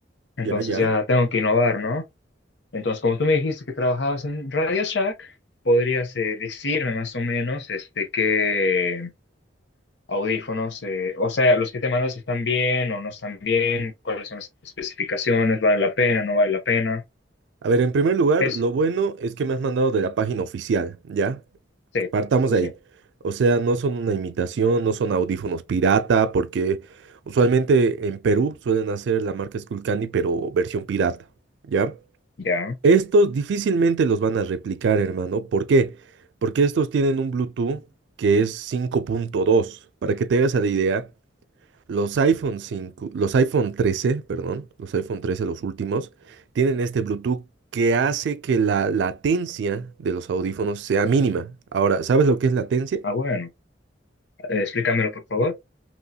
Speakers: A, on the left; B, on the right.
A: Entonces
B: ya, ya.
A: ya tengo que innovar, ¿no? Entonces, como tú me dijiste que trabajabas en Radio Shack, podrías eh, decirme más o menos este, qué audífonos, eh, o sea, los que te mandas si están bien o no están bien, cuáles son las especificaciones, vale la pena, no vale la pena.
B: A ver, en primer lugar,
A: Es,
B: lo bueno es que me has mandado de la página oficial, ¿ya?
A: sí,
B: Partamos
A: sí,
B: de
A: sí,
B: ahí. O sea, no son una imitación, no son audífonos pirata, porque usualmente en Perú suelen hacer la marca Skullcandy, pero versión pirata, ¿ya?
A: ya.
B: Estos difícilmente los van a replicar, hermano. ¿Por qué? Porque estos tienen un Bluetooth que es cinco punto dos, Para que te hagas a la idea, los iPhone cinco, los iPhone trece, perdón, los iPhone trece, los últimos, tienen este Bluetooth que hace que la latencia de los audífonos sea mínima. Ahora, ¿sabes lo que es latencia?
A: Ah, bueno, Eh, explícamelo por favor.